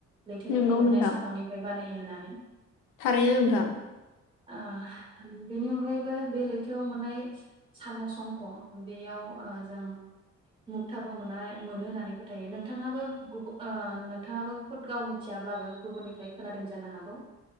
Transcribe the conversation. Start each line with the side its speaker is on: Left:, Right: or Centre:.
Right: लैथोनिफ्राय
Left: नंगौ
Right: मोननाय
Left: नोंथां
Right: साम'निफ्राय बानायो। नानै
Left: थारैनो नोंथां।
Right: ओ बिनि अनगायैबो बे लैथोआव मोननाय साम' संख'। बेयाव ओ जों मुगथाबो मोनाय मोनो होननानै फोथायो नोंथाङाबो गुबु ओ नोंथाङाबो खुद गाव मिथियाब्लाबो गुबुननिफ्राय खोनादों जानो हागौ।